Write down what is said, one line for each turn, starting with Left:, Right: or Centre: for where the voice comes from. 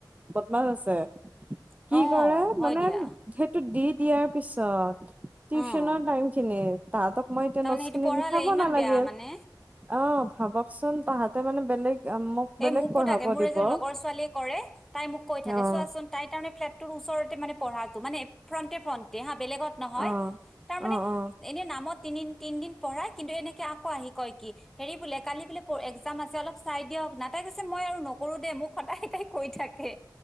Right: বদমাছ আছে। কি
Centre: অ',
Right: কৰে
Centre: হয়
Right: মানে
Centre: দিয়া
Right: সেইটো দি দিয়াৰ পিছত টিউশনৰ
Centre: অ',
Right: টাইম খিনি। তাহাটক মই এতিয়া
Centre: তাৰমানে
Right: নোট
Centre: সেইটো
Right: খিনি
Centre: পঢ়ালে
Right: লিখাব
Centre: ইমান
Right: নালাগিল।
Centre: বেয়া মানে
Right: অ ভাবকচোন তাহাতে মানে বেলেগ। মোক
Centre: এ
Right: বেলেগ
Centre: মোকো
Right: পঢ়াব
Centre: থাকে মোৰ
Right: দিব
Centre: এজন
Right: অ',
Centre: লগৰ ছোৱালীয়ে কৰে তাই মোক কৈ থাকে
Right: অ',
Centre: চোৱাচোন তাই স কাৰণ ফ্লেট ওচৰত মানে পঢ়াটো মানে ফ্ৰণ্টে ফ্ৰ তেওঁ বেলেগ ত নহয়,
Right: অ',
Centre: তাৰ মানে
Right: অ',
Centre: এনেই নামত? তিন তিন দিন পঢ়াই কিন্তু এনেকে আকৌ আহি কয় কি হেৰি বোলে কালি বোলে একজাম আছে অলপ চাই দিয়ক না তাই কৈছে মই আৰু নকৰো দে মোক সদায় তাই কৈ থাকে।